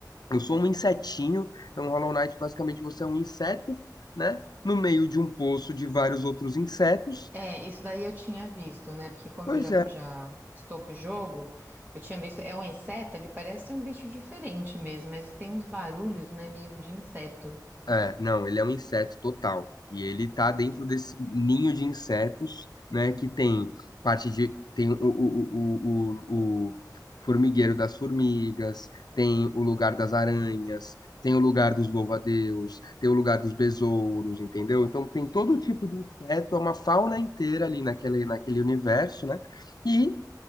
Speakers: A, on the left; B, on the right.
A: eu sou um insetinho, então Hollow Knight basicamente você é um inseto, né? No meio de um poço de vários outros insetos.
B: É, isso daí eu tinha visto, né? Porque como
A: Pois
B: eu já,
A: é.
B: já estou com o jogo, eu tinha visto. É um inseto, ele parece um bicho diferente mesmo, mas tem uns barulhos, né? Meio de inseto.
A: É, não, ele é um inseto total. E ele tá dentro desse ninho de insetos, né? Que tem parte de. Tem o, o, o, o, o formigueiro das formigas, tem o lugar das aranhas, tem o lugar dos louva-a-Deus, tem o lugar dos besouros, entendeu? Então tem todo tipo de inseto, é uma fauna inteira ali naquele, naquele universo, né? E